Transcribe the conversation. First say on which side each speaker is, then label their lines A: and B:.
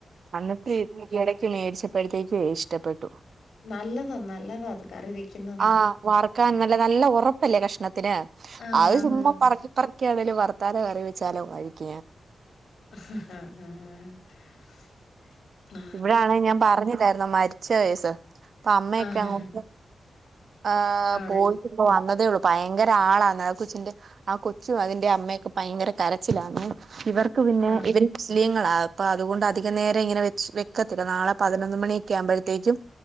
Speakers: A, on the right (about 60°); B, on the left (about 80°).
A: അന്നിട്ട് എടക്ക് മേടിച്ച പ്പഴത്തേക്കു ഇഷ്ടപ്പെട്ടു.
B: നല്ലതാ, നല്ലതാ, അത്. കറി വെക്കുന്നു.
A: ആഹ്, വറ്ക്കാൻ നല്ല, നല്ല ഒറപ്. ല്ലേ കഷ്ണത്തിന്.
B: ആ,
A: അത് ചുമ്മ
B: തന്നെ.
A: പറക്കി, പ്പറക്കി, ആണെങ്കിലും വർത്താലു കറി വെച്ചാലോ? കഴിക്ക.
B: <inaudible> ആ. ആ,
A: ഇവിടാണെ ഞാൻ പറഞ്ഞില്ലായിരു ന്നൊ? മരിച്ച കേസ്സ്. അപ്പൊ, അമ്മയൊക്കെ
B: ആഹാ.
A: അങ്ങോട്ട്. ആഹ്,
B: ആണല്ലേ.
A: പോയിട്ട് ഇപ്പ വന്നതേ ഒള്ളു. ഭയങ്കര ആളാന്ന് ആഹ്, കൊച്ചിന്റെ. ആഹ്, കൊച്ചു അതിന്റെ അമ്മയൊക്കെ ഭയങ്കര കരച്ചിലാന്ന്. ഇവർ. പിന്നെ,
B: ആ,
A: ഇവര് മുസ്ലീങ്ങളാ, അപ്പൊ അതുകൊണ്ട് അധിക നേരം ഇങ്ങനെ വെച് വെക്കത്തില്ല. നാളെ പതിനൊന്ന് മണി. ഒക്കെ ആകുംപഴത്തേക്കും